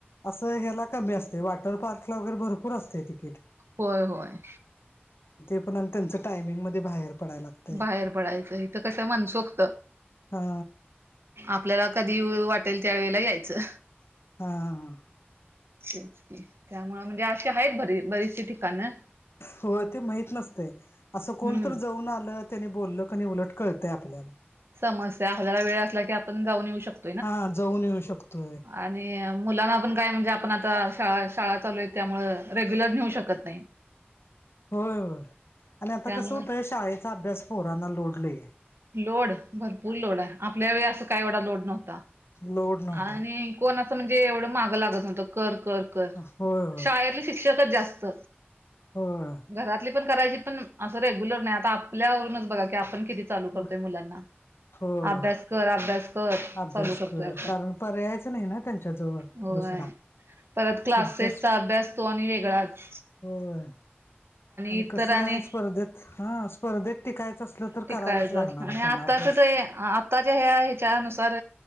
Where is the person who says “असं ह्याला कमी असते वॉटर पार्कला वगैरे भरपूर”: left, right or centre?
Left